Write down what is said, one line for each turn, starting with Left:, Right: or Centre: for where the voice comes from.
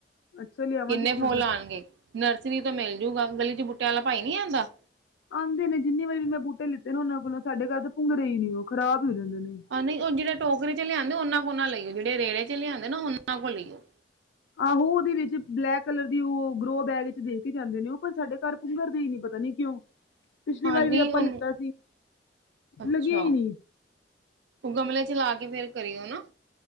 Left: ਅੱਛਾ ਲਿਆਵਾਂ
Right: ਕਿੰਨੇ
Left: ਕਿੱਥੋਂ
Right: ਫੋਲ
Left: ਦੀ
Right: ਆਂਗਏ। ਨਰਸਰੀ ਤੋਂ ਮਿਲਜੂਗਾ ਗਲੀ ਚ ਬੁੂਟਿਆਂ ਵਾਲਾ ਭਾਈ ਨਹੀਂੀ ਆਉਂਦਾ।
Left: ਆਉਂਦੇ ਨੇ ਜਿੰਨੀ ਵਾਰੀ ਵੀ ਮੈਂ ਬੂਟੇ ਲਿੱਤੇ ਨੇ ਉਹਨਾਂ ਕੋਲੋਂ ਸਾਡੇ ਘਰ ਤਾਂ ਭੁੰਗਰੇ ਹੀ ਨਿ ਉਹ ਖਰਾਬ ਹੋ ਜਾਂਦੇ ਨੇ।
Right: ਨਹੀਂ ਉਹ ਜਿਹੜੇ ਟੋਕਰੇ ਚ ਲ ਆਉਂਦੇ ਉਹਨਾਂ ਕੋਲ ਨਾ ਲਈਓ'ਜਿਹੜੇ ਰੇੜੇ ਚ ਲ ਆਂਦੇ ਨਾ ਉਹਨਾਂ ਕੋਲ ਲਈਓ।
Left: ਆਹੋ ਉਹਦੇ ਵਿੱਚ ਬਲੈਕ ਕਲਰ ਦੀ ਉਹ ਗਰੋ ਬੈਗ ਵਿੱਚ ਦੇਖ ਕੇ ਜਾਂਦੇ ਨੇ ਉਹ ਪਰ ਸਾਡੇ ਘਰ ਭੁੰਘਰ ਦਾ ਹੀ ਨੀ ਪਤਾ ਨੀ ਕਿਉਂ। ਪਿਛਲੀ
Right: ਹਾਂ
Left: ਵਾਰੀ
Right: ਨਹੀਂ
Left: ਵੀ ਆਪਾਂ
Right: ਉਹਨੂੰ
Left: ਲਿੱਤਾ ਸੀ
Right: ਅੱਛਾ
Left: ਲੱਗਿਆ ਹੀ ਨਹੀਂ
Right: ਉਹ ਗਮਲੇ ਚ ਲਾ ਕੇ ਫੇਰ ਕਰੀਓ ਨਾ।